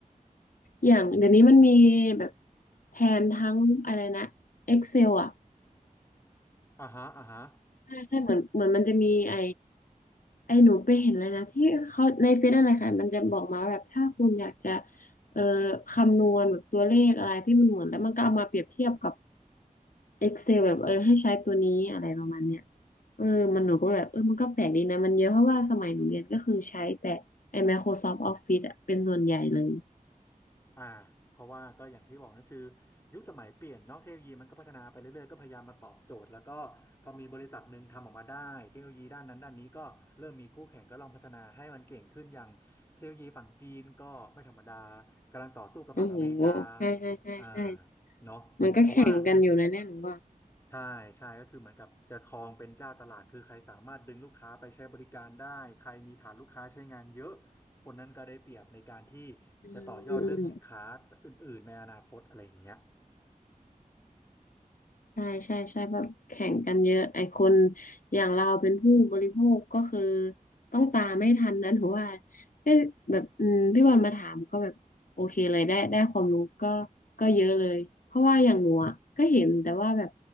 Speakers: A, on the left; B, on the left.
A: อย่างเดี๋ยวนี้มันมีแบบแทนทั้งอะไรนะ Excel อ่ะ
B: อ่าฮะอ่าฮะ
A: ใช่ใช่เหมือนเหมือนมันจะมีไอไอหนูไปเห็นเลยนะที่เขาในเฟซอะไรค่ะมันจะบอกมาแบบถ้าคุณอยากจะเอ่อคำนวณแบบตัวเลขอะไรที่มันเหมือนแล้วมันก็เอามาเปรียบเทียบกับ Excel แบบเออให้ใช้ตัวนี้อะไรประมาณเนี้ยเออมันหนูก็แบบเออมันก็แปลกดีนะมันเยอะเพราะว่าสมัยหนูเรียนก็คือใช้แต่ไอ Microsoft Office อะเป็นส่วนใหญ่เลย
B: อ่าเพราะว่าก็อย่างที่บอกนั่นคือยุคสมัยเปลี่ยนเนาะเทคโนโลยีมันก็พัฒนาไปเรื่อยๆก็พยายามมาตอบโจทย์แล้วก็พอมีบริษัทหนึ่งทำออกมาได้เทคโนโลยีด้านนั้นด้านนี้ก็เริ่มมีคู่แข่งก็ลองพัฒนาให้มันเก่งขึ้นอย่างเทคโนโลยีฝั่งจีนก็ไม่ธรรมดากำลังต่อสู้กับฝั่งอเมริกา
A: โอ้โหใช่ใช่ใช่ใช่
B: อ่าเนาะเพราะว่า
A: มันก็แข่งกันอยู่นะเนี่ยหนูว่า
B: ใช่ใช่ก็คือเหมือนกับจะครองเป็นเจ้าตลาดคือใครสามารถดึงลูกค้าไปใช้บริการได้ใครมีฐานลูกค้าใช้งานเยอะคนนั้นก็ได้เปรียบในการที่
A: อืมอืม
B: จะต่อยอดเรื่องสินค้าอื่นๆในอนาคตอะไรอย่างเงี้ย
A: ใช่ใช่ใช่แบบแข่งกันเยอะไอคนอย่างเราเป็นผู้บริโภคก็คือต้องตามไม่ทันนะหนูว่าก็แบบอืมพี่บอลมาถามก็แบบโอเคเลยได้ได้ความรู้ก็ก็เยอะเลยเพราะว่าอย่างหนูอ่ะก็เห็นแต่ว่าแบบ